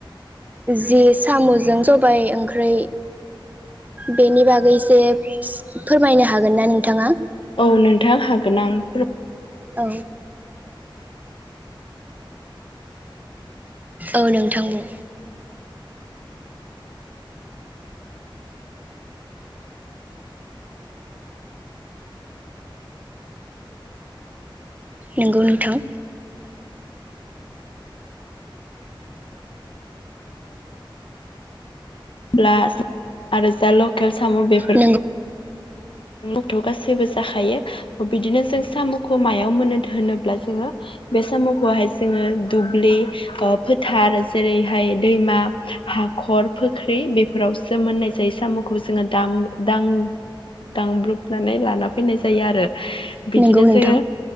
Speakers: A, on the right; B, on the left.
A: जि सामजों सबाय ओंख्रै बेनि बागै एसे फोरमायनो हागोन ना नोंथाङा?
B: औ नोंथां हागोन आं फोर
A: औ। औ नोंथां बुं। नंगौ नोंथां।
B: ब्लास आरो जा लकेल, साम बेफोर
A: नंगौ
B: <unintelligible> गासैबो जाखायो। बिदिनो जों सामखौ मायाव मोनो होनोब्ला जोङो बे सामखौहाय जोङो दुब्लि फोथार जेरैहाय दैमा हाखर फुख्रि बेफोरावसो मोननाय जायो। सामखौ जोङो दाम दां दांग्रोबनानै लाना फैनाय जायो आरो। बिदिनो
A: नोंगौ नोंथां
B: जोङो